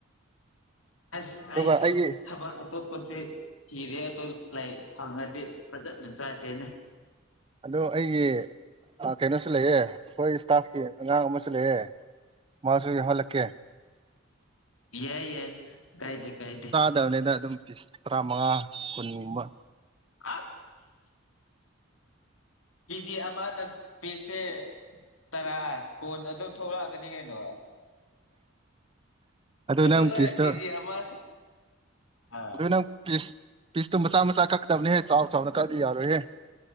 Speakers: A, on the left; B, on the right.
A: ꯑꯁ
B: ꯑꯗꯨꯒ
A: ꯑꯩꯁꯨ
B: ꯑꯩꯒꯤ
A: ꯊꯕꯛ ꯑꯇꯣꯞꯄꯒꯤ ꯀꯦꯔꯤꯌꯥꯔ ꯗꯣ ꯂꯩꯥ ꯐꯉꯥꯗꯤ ꯐꯖꯅ ꯆꯥꯁꯤꯅꯦ
B: ꯑꯗꯣ ꯑꯩꯒꯤ ꯀꯩꯅꯣꯁꯨ ꯂꯩꯑꯦ ꯑꯩꯈꯣꯏ ꯏꯁꯇꯥꯐꯀꯤ ꯑꯉꯥꯡ ꯑꯃꯁꯨ ꯂꯩꯌꯦ ꯃꯥꯁꯨ ꯌꯥꯎꯍꯜꯂꯛꯀꯦ
A: ꯌꯥꯏ ꯌꯥꯏ ꯀꯥꯢꯗꯦ ꯀꯥꯏꯗꯦ
B: ꯐꯠꯇꯕꯅꯤꯗ ꯑꯗꯨꯝ ꯄꯤꯁ ꯇꯔꯥꯃꯉꯥ ꯀꯨꯟꯒꯨꯝꯕ
A: ꯑꯁ ꯀꯖꯤ ꯑꯃꯥꯗ ꯄꯤꯁ ꯁꯦ ꯇꯔꯥ ꯀꯣꯟ ꯑꯗꯨꯝ ꯊꯣꯛꯂꯛꯀꯅꯤ ꯀꯩꯅꯣ ꯑꯗꯨ
B: ꯅꯪ
A: ꯅꯣꯏ
B: ꯄꯤꯁꯇꯣ
A: ꯀꯦꯖꯤ ꯑꯃ ꯑꯥ
B: ꯑꯗꯨ ꯅꯪ ꯄꯤꯁ ꯄꯤꯁꯇꯣ ꯃꯆꯥ ꯃꯆꯥ ꯀꯛꯛꯇꯕꯅꯦꯍꯦ ꯆꯥꯎ ꯆꯥꯎꯅ ꯀꯛꯗꯤ ꯌꯥꯔꯣꯏꯍꯦ